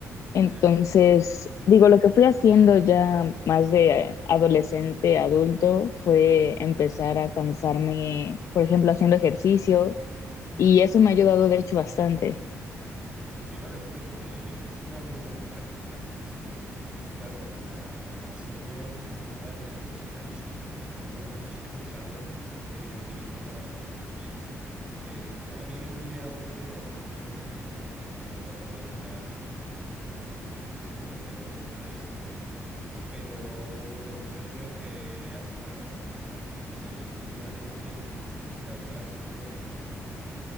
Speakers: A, on the left; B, on the right.
A: Entonces,
B: ya.
A: digo, lo que fui haciendo ya más de eh, adolescente, adulto, fue empezar a cansarme, por ejemplo, haciendo ejercicio. Y eso me ha ayudado, de hecho, bastante.
B: Eh, Te iba a decir, eh, eso es una muy buena práctica. Si, claro, el, la- el sueño son horas de descanso. Si no te has cansado, evidentemente no vas a dormir bien. Eh, a mí me ha ocurrido algún episodio de insomnio cuando he pasado épocas, mm, no sé, de incertidumbre o de estrés, pero yo creo que he aprendido a dominarlas y últimamente la verdad es que duermo